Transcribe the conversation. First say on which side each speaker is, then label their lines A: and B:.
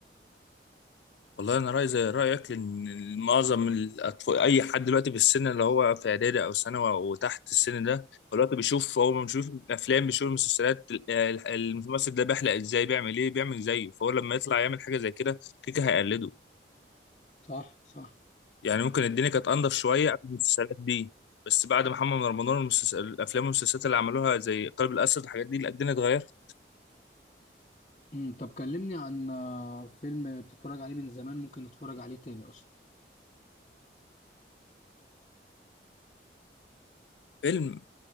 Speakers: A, on the left; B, on the left.
A: والله انا رايي زي رايك لان معظم الاطفال اي حد دلوقتي في السن اللي هو في اعدادي او ثانوي وتحت السن ده هو دلوقتي بيشوف هو بيشوف الافلام بيشوف المسلسلات ال- ال- الممثل ده بيحلق ازاي بيعمل ايه بيعمل زيه فهو لما يطلع يعمل حاجه زي كده كيكه هيقلده
B: صح صح
A: يعني ممكن الدنيا كانت انضف شويه قبل المسلسلات دي بس بعد محمد رمضان المسلسل الافلام والمسلسلات اللي عملوها زي قلب الاسد الحاجات دي لا الدنيا اتغيرت
B: امم طب كلمني عن آه، فيلم بتتفرج عليه من زمان ممكن تتفرج عليه تاني أصلا
A: فيلم